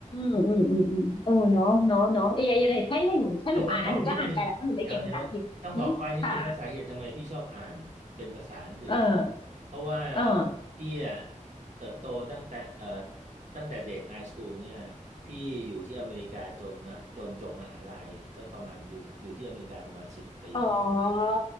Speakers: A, on the left; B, on the right.
A: อืมอืมอืมเออเนาะเนาะเนาะเออย่าไลถ้าให้หนูถ้าหนูอ่านนะหนูก็อ่านไปแหละเพราะหนูไม่เก่งภาษาอังกฤษอืมค่ะ
B: คือต้องบอกนิดนึงเดี๋ยวเดี๋ยวต้องบอกก้อยนิดนึงว่าสาเหตุทำไมพี่ชอบอ่านเป็นภาษาอังกฤษ
A: เออ
B: เพราะว่า
A: เออ
B: พี่อะเติบโตตั้งแต่เอ่อตั้งแต่เด็กไฮสคูลเนี่ยพี่อยู่ที่อเมริกาจนมาจนจบมหาลัยก็ประมาณอยู่อยู่ที่อเมริกาประมาณสิบปี
A: อ๋อ